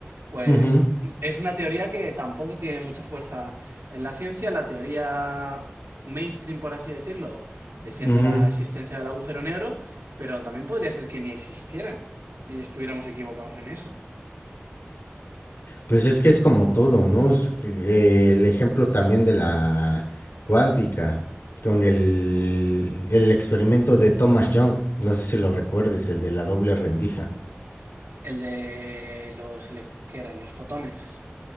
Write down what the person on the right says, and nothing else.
Pues
es una teoría que tampoco tiene mucha fuerza en la ciencia. La teoría mainstream, por así decirlo, defiende
la existencia del agujero negro, pero también podría ser que ni existieran y estuviéramos equivocados en eso.
El de los, que eran los fotones.